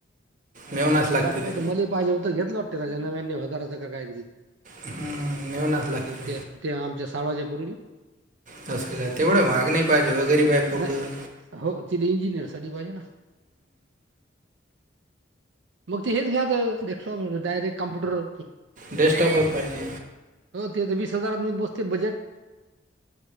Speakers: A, on the right; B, on the right.
A: असं
B: मेवनाच
A: मग
B: लागते
A: लॅपटॉप
B: ते
A: तर मले पाहिजे होत घेतलं वाटते का नव्याने हजारां काहीतरी
B: हम्म, मेवनाच लागते
A: ते ते आमच्या शाळवाज पुरली
B: तसं का तेवढं महाग नाही पाहिजे गरीब आहे पोरगं
A: नाही हो तिला इंजिनियर साठी पाहिजे ना मग ते हेच घ्या डेक्स्टॉप डायरेक्ट कम्पुटर हो
B: डेस्कटॉपच पाहिजे
A: ते तर वीस हजार बस बजट